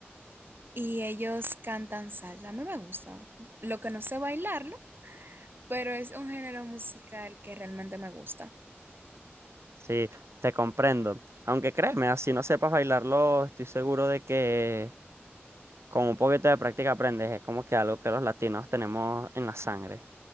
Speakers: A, on the right; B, on the right.
A: Y ellos cantan salsa. A mí me gusta. Lo que no sé bailarlo, pero es un género musical que realmente me gusta.
B: Sí, te comprendo. Aunque créeme, así no sepas bailarlo, estoy seguro de que con un poquito de práctica aprendes. Es como que algo que los latinos tenemos en la sangre.